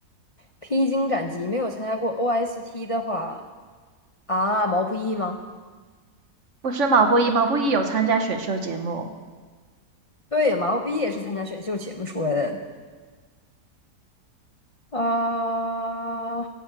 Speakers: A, on the left; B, on the right.
A: 披荆斩棘没有参加过 OST 的话啊，毛不易吗？
B: 不是毛不易，毛不易有参加选秀节目，
A: 对，毛不易也是参加选秀节目出来的。啊。